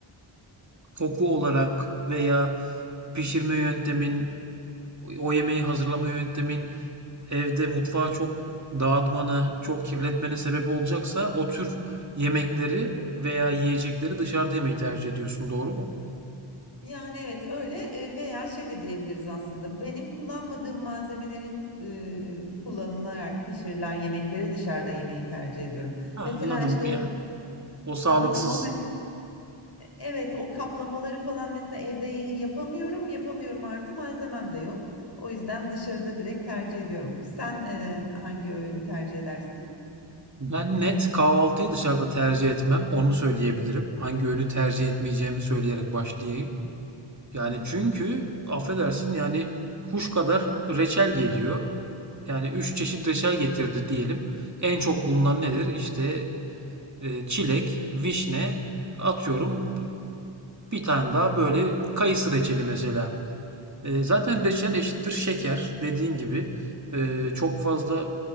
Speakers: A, on the right; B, on the left.
A: koku olarak veya pişirme yöntemin, o yemeği hazırlama yöntemin evde mutfağı çok dağıtmana, çok kirletmene sebep olacaksa o tür yemekleri veya yiyecekleri dışarıda yemeyi tercih ediyorsun, doğru mu?
B: Yani evet öyle e, veya şey de diyebiliriz aslında. Benim kullanmadığım malzemelerin e, kullanılarak pişirilen yemekleri dışarıda yemeyi tercih ediyorum.
A: Ah,
B: Mesela
A: Anladım
B: işte
A: ya.
B: o
A: O sağlıksız
B: anladın mı? O hani evet o kaplamaları falan mesela evde yapamıyorum, yapamıyorum artı malzemem de yok. O yüzden dışarıda direkt tercih ediyorum. Sen e, hangi öğünü tercih edersin?
A: Ben net kahvaltıyı dışarıda tercih etmem. Onu söyleyebilirim. Hangi öğünü tercih etmeyeceğimi söyleyerek başlayayım. Yani
B: Hı.
A: çünkü affedersin yani kuş kadar reçel geliyor. Yani üç çeşit reçel getirdi diyelim. En çok bulunan nedir? İşte e, çilek, vişne, atıyorum bir tane daha böyle kayısı reçeli mesela. E, zaten reçel eşittir şeker dediğin gibi. E, çok fazla